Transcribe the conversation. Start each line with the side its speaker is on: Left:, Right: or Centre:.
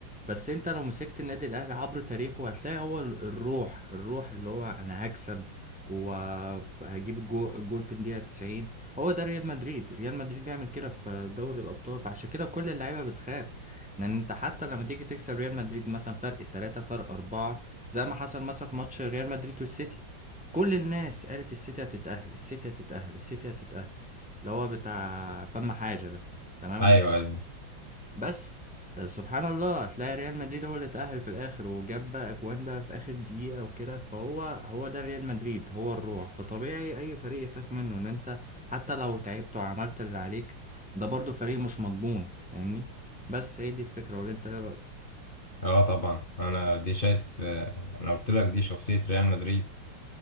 Centre: بس انت لو مسكت النادي الاهلي عبر تاريخه هتلاقي هو ال- الروح الروح اللي هو انا هكسب وهجيب الجو- الجون في الدقيقة 90 هو ده ريال مدريد ريال مدريد بيعمل كده في دوري الابطال فعشان كده كل اللعيبة بتخاف لان انت حتى لما تيجي تكسب ريال مدريد مثلا فرق التلاتة فرق اربعة زي ما حصل مثلا في ماتش ريال مدريد والسيتي كل الناس قالت السيتي هتتأهل السيتي هتتأهل السيتي هتتأهل اللي هو بتاع فم حاجة ده تمام
Left: ايوه ايوه
Centre: بس آه، سبحان الله هتلاقي ريال مدريد هو اللي اتأهل في الآخر وجاب بقى أجوان بقى في آخر دقيقة وكده فهو هو ده ريال مدريد هو الروح فطبيعي أي فريق يخاف منه إن أنت حتى لو تعبت وعملت اللي عليك ده برضو فريق مش مضمون فاهمني بس هي دي الفكرة ولا أنت إيه رأيك؟
Left: اه طبعا انا دي شايف آه، انا قلت لك دي شخصيه ريال مدريد